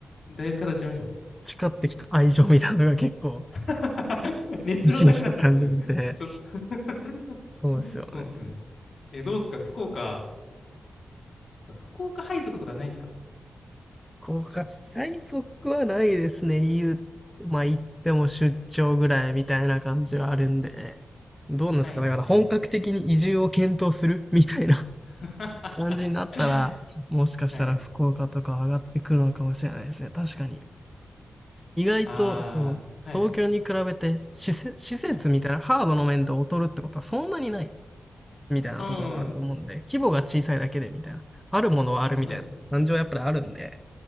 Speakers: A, on the left (about 55°); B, in the centre.
A: だいぶ語っちゃいましたね。
B: 培ってきた愛情みたいなのが結構、
A: <laughs> 熱量高かったっすそれちょっと
B: 一日しと感じられて、
A: <laughs>
B: そうですよね。
A: そうっすね。え、どうっすか福岡、福岡配属とかないんですか
B: 国家最速はないですね。言う、まあ言っても出張ぐらいみたいな感じはあるんで。どうなんですかだから本格的に移住を検討するみたいな
A: はいはい。
B: <laughs>
A: <laughs>
B: 感じになったら、もしかしたら福岡とか上がってくるのかもしれないですね。
A: はい。
B: 確かに。意外と、
A: ああ、
B: そう東京に比べて施設、
A: はい、
B: 施設みたいなハードの面で劣るってことはそんなにない
A: はい。
B: みたいなところはあると思うので、
A: うん。
B: 規模が小さいだけでみたいな。あるものはあるみたいな感じはやっぱりあるんで、
A: あ、そうです。